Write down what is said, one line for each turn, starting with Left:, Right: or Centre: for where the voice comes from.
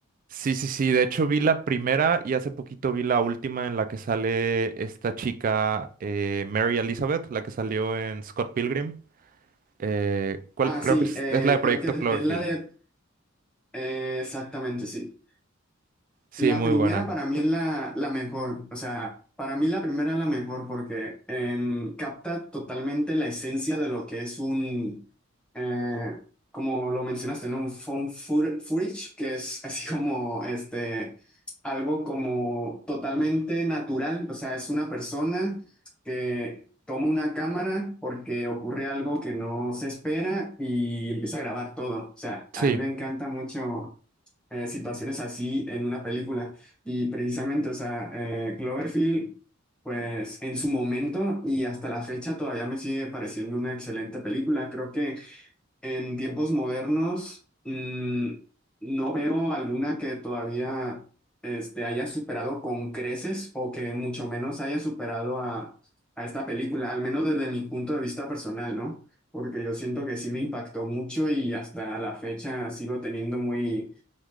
Right: Sí, sí, sí. De hecho, vi la primera y hace poquito vi la última en la que sale esta chica, eh, Mary Elizabeth, la que salió en Scott Pilgrim. Eh, ¿cuál?
Centre: Ah,
Right: Creo
Centre: sí,
Right: que es,
Centre: eh,
Right: es la de Proyecto
Centre: creo que
Right: Cloverfield.
Centre: es la de... eh, exactamente, sí.
Right: Sí,
Centre: La
Right: muy
Centre: primera
Right: buena.
Centre: para mí es la, la mejor, o sea, para mí la primera es la mejor porque em, capta totalmente la esencia de lo que es un, eh, como lo mencionaste, ¿no? Un found footage, footage, que es <laughs> así como, este, algo como totalmente natural, o sea, es una persona que toma una cámara porque ocurre algo que no se espera y empieza a grabar todo, o sea,
Right: Sí,
Centre: a mí me encanta mucho eh, situaciones así en una película. Y precisamente, o sea, eh, Cloverfield, pues en su momento y hasta la fecha todavía me sigue pareciendo una excelente película. Creo que en tiempos modernos mm, no veo alguna que todavía este, haya superado con creces o que mucho menos haya superado a, a esta película, al menos desde mi punto de vista personal, ¿no? Porque yo siento que sí me impactó mucho y hasta la fecha sigo teniendo muy